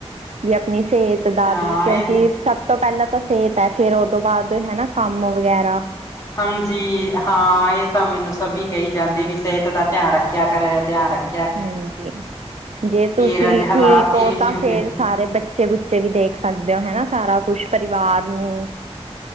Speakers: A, on the right; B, on the left.
A: ਵੀ ਆਪਣੀ ਸਿਹਤ ਦਾ
B: ਹਾਂ
A: ਵੀ ਕਿਉਂਕਿ
B: ਇਹ
A: ਸਭ ਤੋਂ ਪਹਿਲਾਂ ਤਾਂ ਸਿਹਤ ਐ, ਫੇਰ ਉਹਤੋ ਬਾਅਦ ਹੈਨਾ ਕੰਮ ਵਗ਼ੈਰਾ
B: ਹਾਂਜੀ ਹਾਂ ਇਹ ਤਾਂ ਮੈਨੂੰ ਸਭੀ ਕਹੀ ਜਾਂਦੇ ਵੀ ਸਿਹਤ ਦਾ ਧਿਆਨ ਰੱਖਿਆ ਕਰ ਧਿਆਨ ਰੱਖ
A: ਹਾਂਜੀ, ਜੇ ਤੁਸੀਂ
B: ਰਾਜੇ ਹਾਲਾਤ
A: ਠੀਕ
B: ਹੀ
A: ਹੋ
B: ਇਹੋ ਜਿਹੇ
A: ਤਾਂ ਫ਼ੇਰ।
B: ਗਏ।
A: ਸਾਰੇ ਬੱਚੇ ਬੁੱਚੇ ਵੀ ਦੇਖ ਸਕਦੇ ਔ ਹੈਨਾ ਸਾਰਾਂ ਕੁੱਛ ਪਰਿਵਾਰ ਨੂੰ